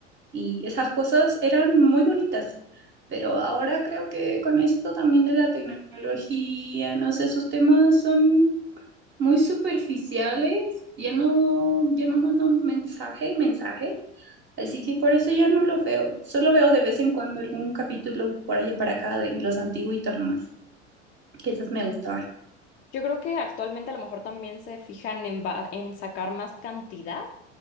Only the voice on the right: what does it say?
y esas cosas eran muy bonitas. Pero ahora creo que con esto también de la tecnología, no sé, sus temas son muy superficiales, ya no, ya no mandan mensaje, mensaje. Así que por eso ya no los veo. Solo veo de vez en cuando algún capítulo por allá para acá de los antiguitos nomás, que esas me gustaban.